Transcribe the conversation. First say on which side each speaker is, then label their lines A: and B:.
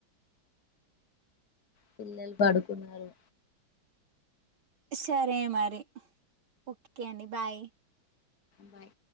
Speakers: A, on the left (about 55°); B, on the right (about 90°).
A: పిల్లలు పడుకున్నారు
B: సరే మరి ఓకే అండి బాయ్
A: బాయ్